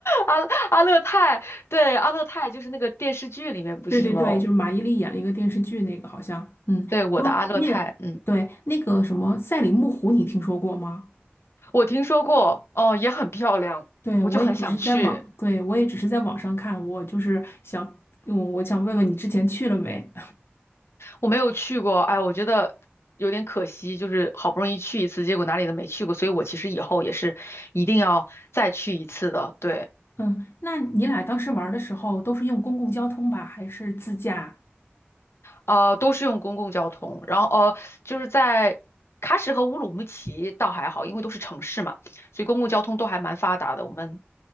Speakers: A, on the left (about 85°); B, on the left (about 65°).
A: 阿阿勒泰，对，阿勒泰就是那个电视剧里面不是什么，
B: 对对对，就是马伊琍演了一个电视剧，那个好像，嗯，然后那个对那个什么赛里木湖，
A: 对，我的阿勒泰，嗯，
B: 你听说过吗？
A: 我听说过，哦，也很漂亮，
B: 对，
A: 我就很想去，
B: 我也只是在网，对我也只是在网上看，我就是想，我我想问问你之前去了没？
A: 我没有去过，哎，我觉得有点可惜，就是好不容易去一次，结果哪里都没去过，所以我其实以后也是一定要再去一次的，对。
B: <laughs> 嗯，那你俩当时玩儿的时候都是用公共交通吧，还是自驾？
A: 呃，都是用公共交通，然后呃，就是在喀什和乌鲁木齐倒还好，因为都是城市嘛，所以公共交通都还蛮发达的。我们